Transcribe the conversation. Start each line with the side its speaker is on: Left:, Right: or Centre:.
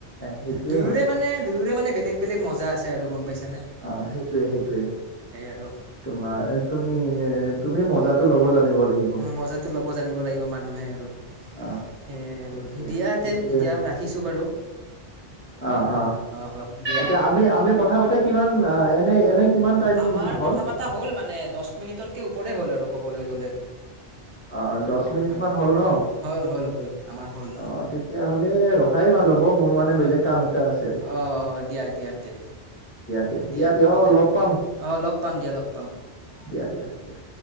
Left: সেইটোয়ে
Right: দুয়োৰে
Left: হয়
Right: মানে দুয়োৰে মানে বেলেগ বেলেগ মজা আছে আৰু গম পাইছ-
Left: অ সেইটোয়ে সেইটোৱে
Right: আৰু
Left: তোমাৰ তুমি তুমি মজাটো ল'ব জানিব লাগিব।
Right: মজাটো ল'ব জানিব লাগিব মানুহে আৰু সেইয়াই
Left: অ
Right: আৰু
Left: সেইটোয়ে
Right: দিয়া
Left: সেইটোয়ে
Right: তে এতিয়া
Left: হয়
Right: ৰাখিছো বাৰু
Left: অ অ
Right: হ দিয়া
Left: এতিয়া আমি আমি কথা পাতা কিমান। অ এনে এনে কিমান টাইম
Right: আমাৰ
Left: হ'ল
Right: কথা পতা হ'ল মানে দহ মিনিটতকে ওপৰে হ'ল আৰু ক ব'লে গ'লে।
Left: অ দহ মিনিট
Right: হয়
Left: মান হ'ল ন
Right: হ'ল হ'ল হ'ল আমাৰ হ'ল
Left: অ তেতিয়াহ'লে ৰখাই ভাল হ'ব মোৰ। মানে
Right: হয়
Left: বেলেগ কাম এটা আছিল
Right: অহ অহ দিয়া দিয়া তে
Left: তে
Right: দিয়া
Left: তে অ
Right: দিয়া
Left: লগ পাম
Right: অ লগ পাম দিয়া লগ পাম।
Left: দিয়া দিয়া দিয়া